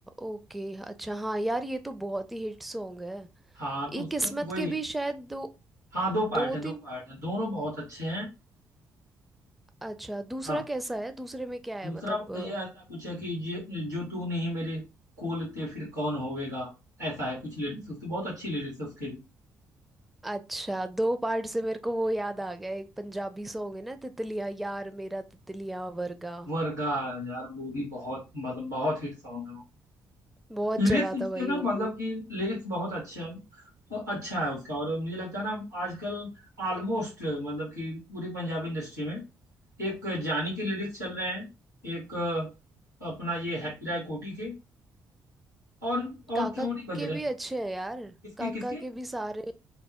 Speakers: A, in the centre; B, on the right (about 80°).
A: ओके अच्छा हाँ यार ये तो बहुत ही हिट सॉन्ग है
B: हाँ तो
A: ये
B: उसके
A: किस्मत
B: वही
A: के भी शायद दो
B: हाँ दो पार्ट
A: दो
B: हैं दो
A: तीन
B: पार्ट हैं दोनों बहुत अच्छे हैं
A: अच्छा दूसरा
B: हाँ
A: कैसा है दूसरे में क्या है
B: दूसरा
A: मतलब
B: ये ऐसा कुछ है कि जो जो तू नहीं मेरे कोल ते फिर कौन होएगा ऐसा है कुछ लिरिक्स उसके बहुत अच्छी लिरिक्स है उसके भी
A: अच्छा दो पार्ट से मेरे को वो याद आ गया एक पंजाबी सॉन्ग है ना तितलिया यार मेरा तितलिया वर्गा
B: वर्गा यार वो भी बहुत मतलब बहुत हिट सॉन्ग है वो
A: बहुत
B: लिरिक्स
A: चला
B: उसके
A: था भाई
B: ना
A: वो
B: मतलब
A: भी
B: कि लिरिक्स बहुत अच्छे अ- अच्छा है उसका और मुझे लगता है ना आजकल ऑलमोस्ट मतलब कि पूरी पंजाबी इंडस्ट्री में एक जानी के लिरिक्स चल रहे हैं एक अ, अपना ये हैप्पी राय कोटी के और और
A: काका
B: क्यों नहीं बज
A: के
B: रहे
A: भी
B: हैं
A: अच्छे हैं यार
B: किसके
A: काका
B: किसके
A: के भी सारे